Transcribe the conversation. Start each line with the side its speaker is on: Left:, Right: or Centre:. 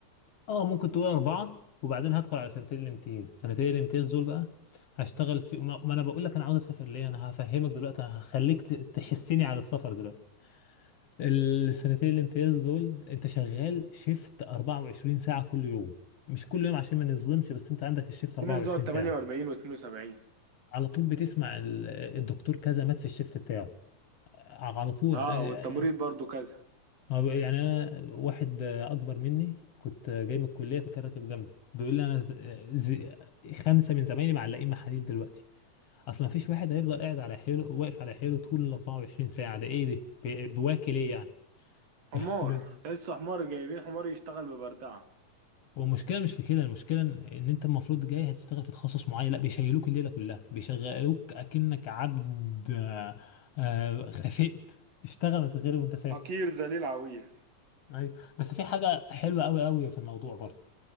Left: اه ممكن تقول اربعة وبعدين هدخل على سنتين الامتياز سنتين الامتياز دول بقى هشتغل في ما ما انا بقول لك انا عاوز اسافر ليه انا هفهمك دلوقتي هخليك ت- تحسني على السفر دلوقتي السنتين الامتياز دول انت شغال شيفت 24 ساعة كل يوم مش كل يوم عشان ما نظلمش بس انت عندك الشيفت 24
Right: في ناس بتقعد 48
Left: ساعة
Right: و 72
Left: على طول بتسمع ال- الدكتور كذا مات في الشيفت بتاعه على طول
Right: اه
Left: اه،
Right: والتمريض برضو كذا
Left: اه، يعني انا واحد اه، اكبر مني كنت آه، جاي من الكلية فكان راكب جنبي بيقول لي انا ز... ز... خمسة من زمايلي معلقين محاليل دلوقتي اصلا مفيش واحد هيفضل قاعد على حيله واقف على حيله طول ال 24 ساعة ده ايه ده بي- بواكل ايه يعني
Right: حمار
Left: <laughs> بس
Right: تحس حمار جايبين حمار يشتغل ببردعة
Left: والمشكله مش في كده المشكله ان إن انت المفروض جاي هتشتغل في تخصص معين لا بيشيلوك الليله كلها بيشغلوك اكنك عبد آه، آه، خسئت اشتغل ما تتغرب وانت ساكت
Right: حقير ذليل عويل
Left: ايوه بس في حاجه حلوه قوي قوي في الموضوع برضه